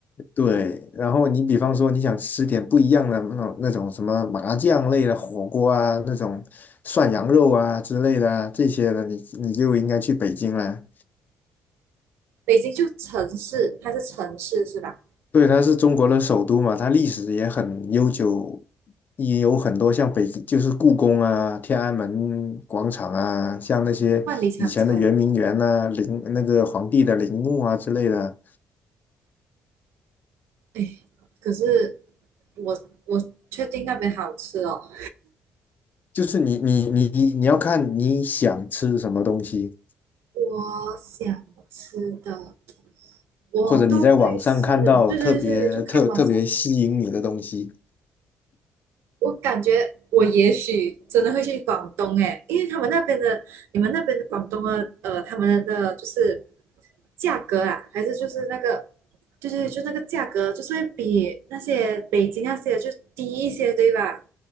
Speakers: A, on the left (about 45°); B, on the right (about 75°).
A: 对，然后你比方说你想吃点不一样的那种那种什么麻酱类的火锅啊，那种涮羊肉啊之类的啊这些的，你你就应该去北京了。
B: 北京就城市，它是城市是吧？
A: 对，它是中国的首都嘛，它历史也很悠久，也有很多像北，就是故宫啊、天安门广场啊，像那些以前的圆明园呐、
B: 万里长城，
A: 陵那个皇帝的陵墓啊之类的。
B: 哎，可是我我确定那边好吃哦，
A: 就是你你你你要看你想吃什么东西，
B: 我想吃的我都可以试，
A: 或者你在网上看到特别特特别吸引你的东西，
B: 对对对，就看网上我感觉我也许真的会去广东诶，因为他们那边的，你们那边的广东的，呃，他们的就是价格啊，还是就是那个，就是就那个价格，就是会比那些北京那些就低一些，对吧？